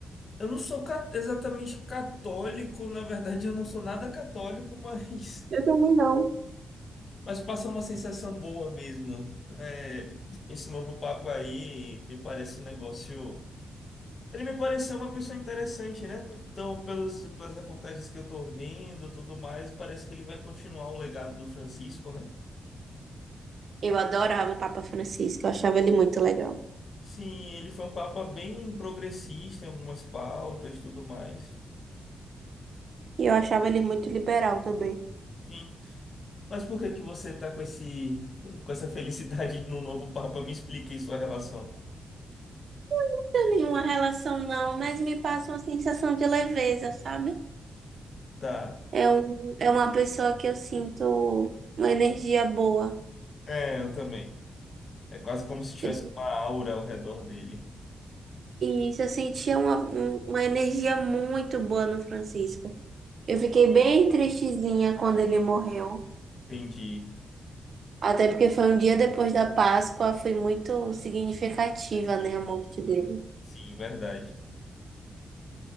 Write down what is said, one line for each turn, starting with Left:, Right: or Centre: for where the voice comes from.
Left: Eu não sou ca- exatamente católico, na verdade eu não sou nada católico, <laughs> mas,
Right: Eu também não.
Left: mas passa uma sensação boa mesmo. É, Esse novo papo aí me parece um negócio. Ele me pareceu uma pessoa interessante, né? Então, pelos, pelas reportagens que eu tô vendo, tudo mais, parece que ele vai continuar o legado do Francisco, né?
Right: Eu adorava o Papa Francisco, eu achava ele muito legal.
Left: Sim, ele foi um papa bem progressista em algumas pautas, tudo mais.
Right: E eu achava ele muito liberal também.
Left: Sim. Mas por que que você tá com esse, com essa felicidade no novo Papa? Me explique aí sua relação.
Right: Não tem nenhuma relação, não, mas me passa uma sensação de leveza, sabe?
Left: Tá.
Right: É, um, é uma pessoa que eu sinto uma energia boa.
Left: É, eu também. É quase como se tivesse
Right: Eu,
Left: uma aura ao redor dele.
Right: e isso, eu sentia uma, um- uma energia muito boa no Francisco. Eu fiquei bem tristezinha quando ele morreu.
Left: Entendi.
Right: Até porque foi um dia depois da Páscoa, foi muito significativa,
Left: É simbólico,
Right: né, a morte dele.
Left: né? Sim, verdade.